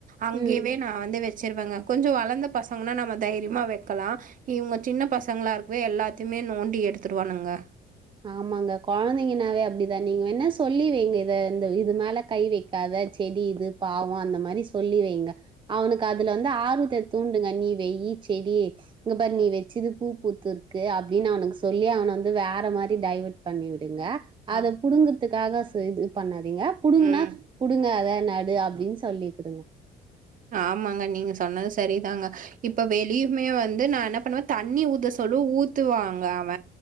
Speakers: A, on the right; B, on the right.
A: அங்கவே
B: ம்.
A: நா வந்து வச் சரிவங்க கொஞ்சம் வளர்ந்த பசங்கன்னா நம்ம தைரியமா வைக்கலாம் இவங்க சின்ன பசங்களா இருக்கவே எல்லாத்தையுமே நோண்டி எடுத்துடுவானுங்க
B: ஆமாங்க குழந்தைங்கன்னாவே அப்படிதான் நீங்க வேனா சொல்லி வைங்க இத இந்த இது மேல கை வைக்காத செடி இது பாவம் அந்த மாரி சொல்லி வைங்க அவனுக்கு அதுல வந்து ஆர்வத்தை தூண்டுங்க நீ வெயி செடி இங்க பாரு நீ வச்சுது பூ பூத்து இருக்கு அப்படின்னு அவனுக்கு சொல்லி அவன வந்து வேற மாரி டைவட் பண்ணிவிட் டுங்க
A: அ,
B: அத புடுங்கதுக்காக செய்து பண்ண திங்க புடுங்கன்னா
A: ம்.
B: புடுங்காத நடு அப்படின்னு சொல்லிகுடுங்க
A: ஆமாங்க நீங்க சொன்னது சரிதாங்க இப்ப வெளியுமே வந்து நா என்ன பண்ணுவேன் தண்ணி ஊத்த சொல்லோ ஊத்துவாங்க அவ